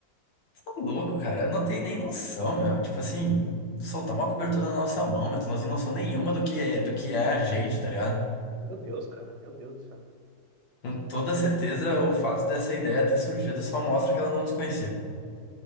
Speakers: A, on the left; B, on the right.
A: Que Louco, cara. Eu não tenho nem noção, meu. Tipo assim, soltar uma cobertura na nossa mão, meu. Tu não tem noção nenhuma do que é, do que é a gente, tá ligado?
B: Meu Deus, cara. Meu Deus do céu. <laughs>
A: Com toda certeza, o fato dessa ideia ter surgido só mostra que ela não nos conhecia.